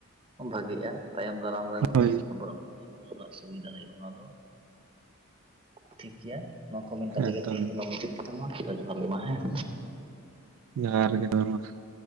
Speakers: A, on the right; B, on the right.
A: ᱵᱷᱟᱜᱤᱜ-ᱟ ᱛᱟᱭᱚᱢ ᱫᱟᱨᱟᱢ ᱨᱮᱱ
B: ᱦᱳᱭ
A: ᱟᱵᱚ ᱡᱚᱛᱚ ᱨᱮᱱᱟᱜ ᱥᱩᱵᱤᱫᱷᱟ ᱦᱩᱭᱩᱜ-ᱟ ᱚᱱᱟ ᱫᱚ ᱴᱷᱤᱠ ᱜᱮᱭᱟ᱾ ᱱᱚᱣᱟ ᱠᱚ ᱢᱮᱱ ᱠᱟᱛᱮ
B: ᱮᱠᱫᱚᱢ
A: ᱜᱮ ᱛᱮᱦᱮᱧ ᱫᱚᱞᱟᱝ ᱢᱩᱪᱟᱹᱫ ᱠᱟᱫᱟ ᱢᱟ ᱛᱚᱵᱮ ᱡᱚᱦᱟᱨ ᱜᱮ ᱢᱟ ᱦᱮᱸ
B: ᱡᱚᱦᱟᱨ ᱜᱮ ᱦᱳᱭ ᱢᱟ ᱾